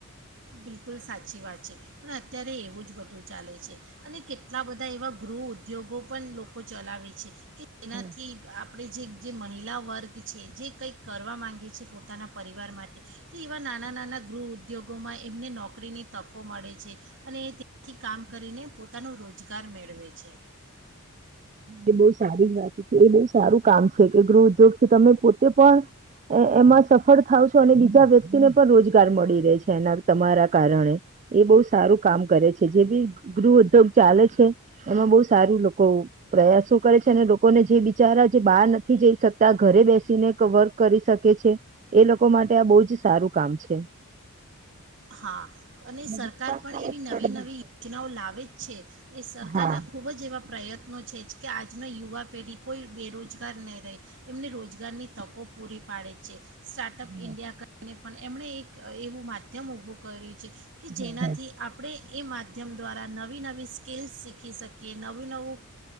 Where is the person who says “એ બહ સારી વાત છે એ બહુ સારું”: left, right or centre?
Right